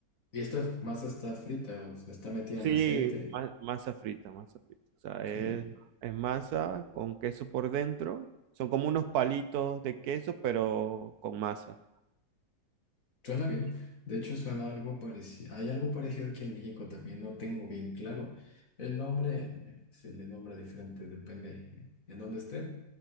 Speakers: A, on the left; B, on the right.
A: esta masa está frita, o sea, está metida
B: Sí,
A: en aceite,
B: ma- masa frita, masa frita. O sea,
A: ok.
B: es, es masa con queso por dentro. Son como unos palitos de queso, pero con masa
A: Suena bien.
B: y
A: De hecho, suena algo parecido. Hay algo parecido aquí en México también. No tengo bien claro el nombre. eh, Se le nombra diferente, depende eh, en dónde esté.